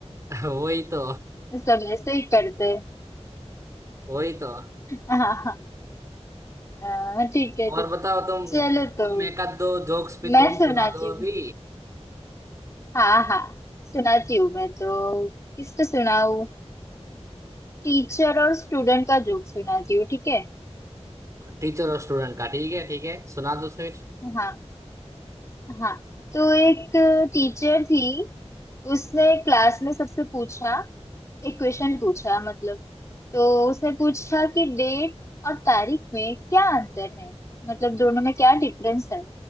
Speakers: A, on the right; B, on the left.
A: वही तो
B: सब ऐसे ही करते हैं
A: वही तो
B: हाँ हाँ हाँ, ठीक है
A: और
B: ठीक
A: बताओ
B: है
A: तुम
B: चलो तो
A: तुम एक आध दो जोक्स भी
B: मैं
A: तुम
B: सुनाती
A: सुना दो
B: हूँ
A: अभी
B: हाँ हाँ सुनाती हूँ मैं तो किसका सुनाऊँ टीचर और स्टूडेंट का जोक सुनाती हूँ ठीक है
A: टीचर और स्टूडेंट का ठीक है ठीक है सुना दो फिर
B: हाँ हाँ तो एक टीचर थी उसने क्लास में सबसे पूछा एक क्वेश्चन पूछा मतलब तो उसने पूछा कि डेट और तारीख में क्या अंतर है मतलब दोनों में क्या डिफरेंस है